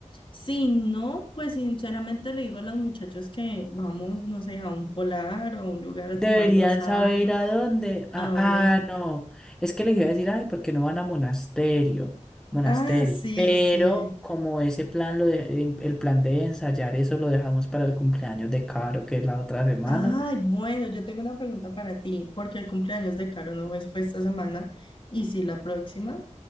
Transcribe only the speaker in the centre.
Deberían
saber ir a dónde.
Ah,
ah, no. Es que les iba a decir, ay, ¿por qué no van a monasterio? Monasterio.
Pero
como ese plan, lo de- em, el plan de ensayar eso lo dejamos para el cumpleaños de Caro, que es la otra semana,